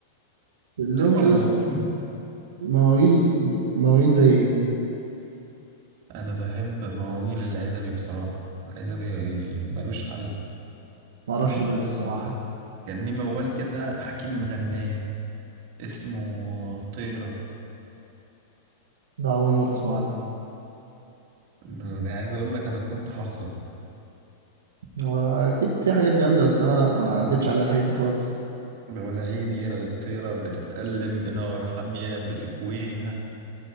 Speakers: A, on the right (about 80°); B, on the right (about 55°).
A: <laughs> اللون
B: تسمع
A: كده
B: مواويل
A: مواويل مواويل زي ايه
B: أنا بحب مواويل العزبي بصراحة العزبي ملوش حل
A: معرفش دول الصراحة
B: كان ليه موال كده حكيم مغناه اسمه طيرة
A: ده أول مرة أسمع عنهم.
B: يعني عايز اقول لك انا كنت حافظه
A: هو اكيد في حاجات جامده بس انا لا ما عدتش عليها الحاجات دي خالص
B: بيقول عيد يرى الطيرة بتتألم بنار حامية بتكويها